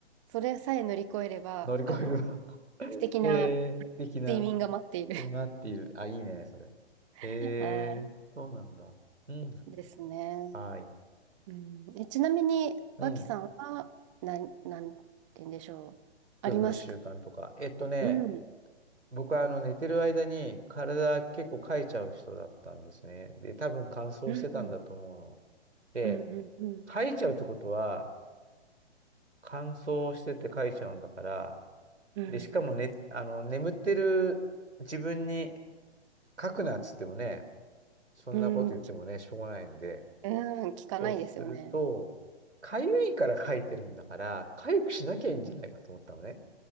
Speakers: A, on the right (about 30°); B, on the right (about 85°).
A: それさえ乗り越えれば、
B: 乗り越えるわ。
A: あの、
B: <laughs>
A: 素敵な
B: へえ、素敵な。
A: 睡眠が待っている
B: で待っている。あ、いいね、それ。へえ、
A: <laughs> は
B: そうなんだ。うん。
A: いですね。
B: はい。
A: うん、え、ちなみに、
B: うん。
A: 脇さんは、なん、なんて言うんでしょう。ありますか
B: 夜の習慣とか。えっとね、
A: うん。
B: 僕はあの寝てる間に体結構かいちゃう人だったんですね。で、多分乾燥してたんだと思うの。
A: うんうん
B: で、
A: うんうん
B: かいちゃうってことは、乾燥しててかいちゃうんだから、
A: うん、
B: で、しかもね、あの、眠ってる自分に書くなっつってもね、そんなこと言ってもね、
A: うんき
B: しょうがないんで、
A: うん聞かないですよね。
B: そうすると、かゆいから書いてるんだから、かゆくしなきゃいいんじゃないかと思ったのね。っ